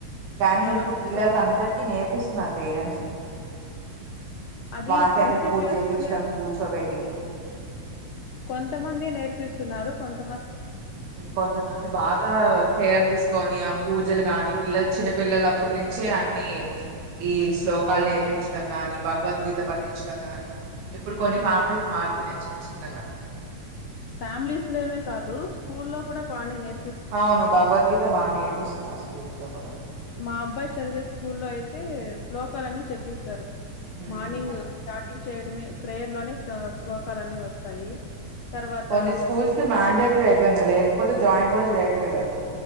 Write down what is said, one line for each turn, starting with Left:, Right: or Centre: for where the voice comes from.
Right: కానీ
Left: చాలా
Right: ఇప్పుడు
Left: వరకు
Right: పిల్లలకి
Left: అలాగే
Right: అందరికి నేర్పిస్త పేరెంట్స్
Left: అది
Right: వాళ్ళ చేతే
Left: రిసీవ్
Right: పూజ
Left: చేసుకునే
Right: చేపించడం కూర్చోబెట్టి
Left: కొంతమంది నేర్పిస్తున్నారు కొంత
Right: కొంతమంది బాగా కేర్ తీసుకొని ఆ పూజలు కాని పిల్లలు చిన్న పిల్లల అప్పటి నుంచే అన్ని ఈ శ్లోకాలు నేర్పించడం గాని భగవద్గీత అంత పట్టించడం గాని ఇప్పుడు కొన్ని
Left: హ్మ్.
Right: ఫ్యామిలీస్ మారుతున్నాయి చిన్న చిన్నగా
Left: ఫ్యామిలీస్ లోనే కాదు స్కూల్ లో కూడా బానే నేర్పి
Right: అవును భగవద్గీత బాగా నేర్పిస్తున్నారూ స్కూల్స్ లో కూడా
Left: మా అబ్బాయి చదివే స్కూల్లో అయితే శ్లోకాలన్నీ చెప్పిస్తారు.
Right: ఉమ్
Left: మార్నింగ్
Right: అదే అండి.
Left: స్టార్టింగ్ చేయడమే ప్రేయర్ లోనే శ్లోకాలన్ని వస్తాయి తర్వాత
Right: కొన్ని స్కూల్స్ లో మండేటరీ అయిపోయింది లేకపోతే జాయిన్ కూడా చేయట్లేదు అది